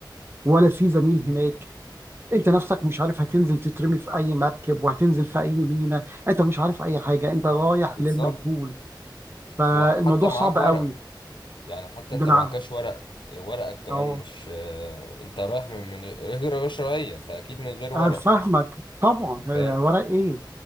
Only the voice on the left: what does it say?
بالظبط
وحتى معاك
ورق
يعني حتى
انت معكش ورق ورقك كمان
مش آه، انت رايح من من غير غير شرعية فأكيد من غير ورق
فاهم؟